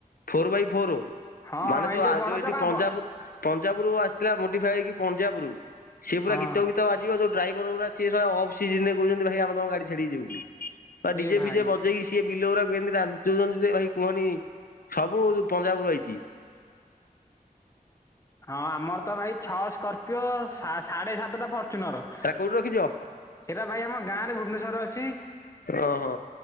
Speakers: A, on the left (about 75°); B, on the left (about 20°).
A: ଫୋର ବାଇ ଫୋର ଆଉ
B: ହଁ
A: ମାନେ
B: ହଁ ଏଇ
A: ଯୋଉ
B: ବଡ
A: ଯୋଉ ଏଠି
B: ଚକା
A: ପଞ୍ଜାବ
B: ବ
A: ପଞ୍ଜାବରୁ ଆସିଥିଲା ମୋଡି ଇକ ପଞ୍ଜ ରରୁ ସେଏ ପୁରା
B: ହଁ
A: ଗୀତ ଫିତ ବାଜିବ ଯୋଉଡ୍ରାଇଭର ଗୁରା ସିଏ ଅଫ ସିଜିନିରେ କହୁଛନ୍ତି ଭାଇ ଆମ ତମ ଗାଡି ଛାଡିକିଯିବୁନୁ ବୋଲି ବା ଡିଜେ
B: ଏ ଭାଇ
A: ଫିଜେ ବଜେଇକି ସିଏ ବିଲଗୁରାକୁଏମିତି ରାଚୁଚନ୍ତୀ ଭାଇ କୁହନି ସବୁ ପଞ୍ଜାବରୁ ଆଇଛି।
B: ହଁ ଆମର ତ ଭାଇ ଛଅ ସ୍କର୍ପିଓ ସାଢେ ସାତଟା ଫର୍ଚୁନର ସେରା
A: ହେରା କୋଉଠି ରଖିଛ?
B: ଭାଇ ଆମ ଗାଁ ରେ ଭୁବନେଶ୍ୱରରେ ଅଛି।
A: ଓହୋ